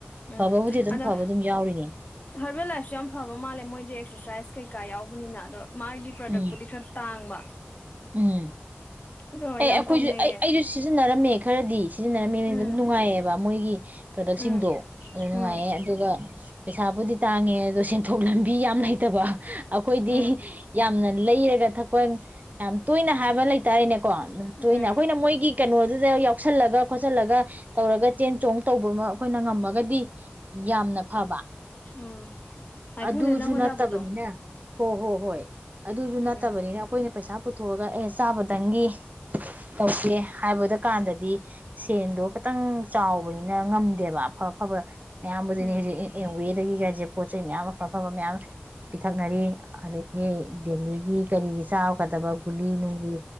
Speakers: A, on the left; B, on the right.
A: ꯎꯝ
B: ꯐꯕꯕꯨꯗꯤ ꯑꯗꯨꯝ
A: ꯑꯗ
B: ꯐꯕ ꯑꯗꯨꯝ ꯌꯥꯎꯔꯤꯅꯤ
A: ꯍꯔꯕꯦꯜ ꯂꯥꯏꯁꯨ ꯌꯥꯝ ꯐꯕ ꯃꯥꯜꯂꯦ ꯃꯣꯏꯗꯤ ꯑꯦꯛꯁꯔꯁꯥꯏꯁ ꯀꯩꯀꯥ ꯌꯥꯎꯕꯅꯤꯅ ꯑꯗꯣ ꯃꯥꯒꯤ ꯄ꯭ꯔꯗꯛꯄꯨꯗꯤ
B: ꯎꯝ
A: ꯈꯔ ꯇꯥꯡꯕ
B: ꯎꯝ
A: ꯑꯗꯣ
B: ꯑꯦ
A: ꯌꯥꯝ
B: ꯑꯩꯈꯣꯏꯁꯨ
A: ꯇꯧꯅꯩꯌꯦ
B: ꯑꯩ ꯑꯩꯁꯨ ꯁꯤꯖꯤꯟꯅꯔꯝꯃꯦ ꯈꯔꯗꯤ ꯁꯤꯖꯤꯟꯅꯔꯝꯃꯦꯅ
A: ꯎꯝ ꯎꯝ
B: ꯑꯗꯨꯝ ꯅꯨꯡꯉꯥꯏꯌꯦꯕ ꯃꯣꯏꯒꯤ <inaudible> ꯄ꯭ꯔꯗꯛꯁꯤꯡꯗꯣ
A: ꯎꯝ
B: ꯑꯗꯨ ꯅꯨꯡꯉꯥꯏꯌꯦ
A: ꯎꯝ
B: ꯑꯗꯨꯒ ꯄꯩꯁꯥꯕꯨꯗꯤ ꯇꯥꯡ ꯪꯉꯦ ꯑꯗꯣ ꯁꯦꯟꯊꯣꯛ ꯂꯝꯕꯤ ꯌꯥꯝ ꯂꯩꯇꯕ <unintelligible> ꯑꯩꯈꯣꯏꯗꯤ
A: ꯎꯝ
B: ꯌꯥꯝꯅ ꯂꯩꯔꯒ ꯊꯛꯄ ꯌꯥꯝ ꯇꯣꯏꯅ ꯍꯥꯏꯕ ꯂꯩꯇꯥꯔꯦꯅꯦꯀꯣ ꯇꯣꯏꯅ
A: ꯎꯝ
B: ꯑꯩꯈꯣꯏꯅ ꯃꯣꯏꯒꯤ ꯀꯩꯅꯣꯗꯨꯗ ꯌꯥꯎꯁꯜꯂꯒ ꯈꯣꯠꯆꯜꯂꯒ ꯇꯧꯔꯒ ꯆꯦꯟ ꯆꯣꯡ ꯇꯧꯕ ꯑꯃ ꯑꯩꯈꯣꯏꯅ ꯉꯝꯃꯒꯗꯤ ꯌꯥꯝꯅ ꯐꯕ
A: ꯎꯝ ꯃꯥꯏꯄꯨꯅꯅ
B: ꯑꯗꯨꯁꯨ
A: ꯍꯣꯠꯅꯕꯗꯣ
B: ꯅꯠꯇꯕꯅꯤꯅꯦ ꯍꯣ ꯍꯣ ꯍꯣꯏ ꯑꯗꯨꯁꯨ
A: ꯎꯝ
B: ꯅꯠꯇꯕꯅꯤꯅ ꯑꯩꯈꯣꯏꯅ ꯄꯩꯁꯥ ꯄꯨꯊꯣꯒ ꯑꯦ ꯆꯆꯥꯥꯕꯗꯪꯒꯤ ꯇꯧꯁꯦ ꯍꯥꯏꯕꯗ ꯀꯥꯟꯗꯗꯤ ꯁꯦꯟꯗꯣ ꯈꯤꯇꯪ ꯆꯥꯎꯕꯅꯤꯅ ꯉꯝꯗꯦꯕ ꯑꯐ ꯑꯐꯕ ꯃꯌꯥꯝꯕꯨꯗꯨꯅꯤ
A: ꯎꯝ
B: ꯍꯧꯖꯤꯛ ꯑꯦꯟ ꯋꯦꯗꯒꯤ ꯀꯥꯏꯁꯦ ꯄꯣꯠ ꯆꯩ ꯃꯌꯥꯝ ꯑꯐ ꯑꯐꯕ ꯃꯌꯥꯝ ꯄꯤꯊꯛꯅꯔꯤ ꯑꯗꯒꯤ ꯗꯦꯜꯂꯤꯒꯤ ꯀꯔꯤꯒꯤ ꯁꯥꯐ ꯐꯗꯕ ꯒꯨꯂꯤ ꯅꯨꯡꯂꯤ